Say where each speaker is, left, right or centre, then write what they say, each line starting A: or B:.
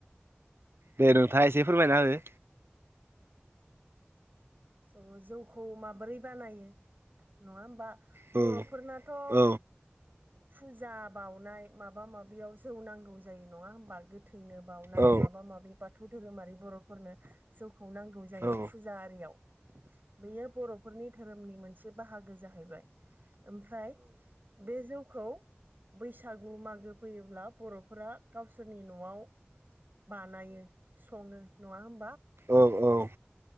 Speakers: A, on the right; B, on the right.
A: दे नोंथाङा एसे फोरमायना हो
B: स' जौखौ माबोरै बानायो नङा होमबा
A: हो
B: बर'फोरनाथ' ओ
A: औ
B: फुजा बाउनाय माबा माबियाव जौ नांगौ जायो नङा होमबा गोथैनो बावनाय
A: औ
B: माबा माबि बाथौ धोरोमारि बर'फोरनो जौखौ नांगौ जायो
A: औ
B: फुजा आरियाव बेयो बर'फोरनि धोरोमनि मोनसे बाहाग गो जाहैबाय ओमफ्राय बे जौ खौ बैसागु मागो फैयोब्ला बर'फोरा गावसोरनि न'आव बानायो सङो नङा होम
A: औ औ